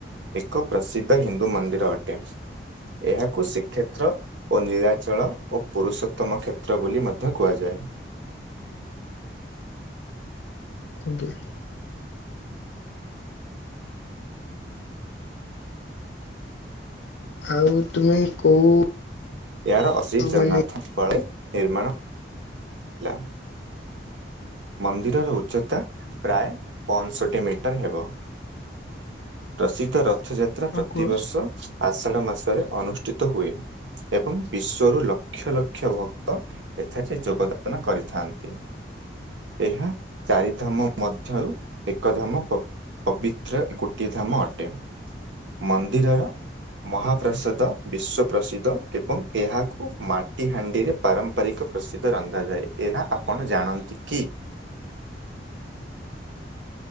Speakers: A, on the right (about 85°); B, on the left (about 75°).
A: ଏକ ପ୍ରସିଦ୍ଧ ହିନ୍ଦୁ ମନ୍ଦିର ଅଟେ। ଏହା କ୍ଷେତ୍ର ଓ ନୀଳାଚଳ ଓ ପୁରୁଷୋତ୍ତମ କ୍ଷେତ୍ର ବୋଲି ମଧ୍ୟ କୁହାଯାଏ।
B: ଆଜ୍ଞା। ଆଉ ତୁମେ କୋଉ
A: ଏହାର ଅସି ଜନ୍ନାଥ
B: ମାନେ
A: ଫଳେ ନିର୍ମାଣ ହେଲା। ମନ୍ଦିରର ଉଚ୍ଚତା ପ୍ରାୟେ ପଅଂଷଠି ମିଟର ହେବ। ପ୍ରସିଦ୍ଧ ରଥଯାତ୍ରା
B: ହଁ
A: ପ୍ରତିବର୍ଷ
B: କୁହ।
A: ଆଷାଢ ମାସରେ ଅନୁଷ୍ଠିତ ହୁଏ। ଏବଂ ବିଶ୍ୱରୁ ଲକ୍ଷ ଲକ୍ଷ ଭକ୍ତ ଏଥାରେ ଯୋଗଦାନ କରିଥାନ୍ତି। ଏହା ଚାରି ଧାମ ମଧ୍ୟରୁ ଏକ ଧାମ ପ-ପବିତ୍ର ଗୋ ଟିଏ ଧାମ ଅଟେ। ମନ୍ଦିରର ମହାପ୍ରସାଦ ବିଶ୍ୱ ପ୍ରସିଦ୍ଧ ଏବଂ ଏହାକୁ ମାଟି ହାଣ୍ଡିରେ ପାରମ୍ପାରିକ ପ୍ରସିଦ୍ଧ ରନ୍ଧାଯାଏ ଏହା ଆପଣ ଜାଣନ୍ତି କି?